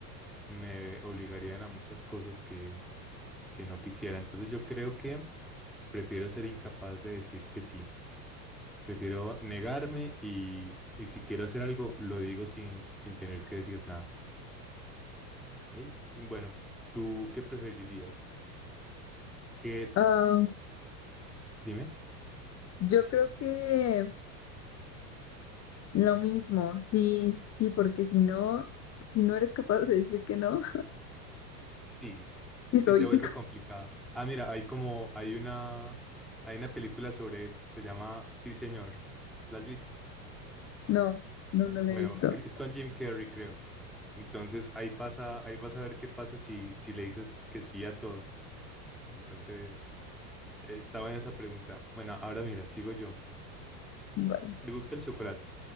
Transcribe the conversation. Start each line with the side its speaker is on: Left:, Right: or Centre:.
Centre: me obligarían a muchas cosas que, que no quisiera. Entonces yo creo que prefiero ser incapaz de decir que sí. Prefiero negarme y, y si quiero hacer algo, lo digo sin, sin tener que decir nada. Ey, Y bueno, ¿tú qué preferirías? ¿Qué?
Left: Ah,
Centre: Dime.
Left: yo creo que lo mismo, sí, sí, porque si no, si no eres capaz de decir que no,
Centre: Sí,
Left: <laughs> sí soy.
Centre: sí, se vuelve complicada. Ah, mira, hay como, hay una, hay una película sobre eso, se llama Sí, señor. ¿La has visto?
Left: No, no, no lo
Centre: Bueno,
Left: he visto.
Centre: e- es con Jim Carrey, creo. Entonces ahí pasa, ahí vas a ver qué pasa si, si le dices que sí a todo. Entonces, eh, está buena esa pregunta. Bueno, ahora mira, sigo yo.
Left: Vale,
Centre: ¿Te gusta el chocolate?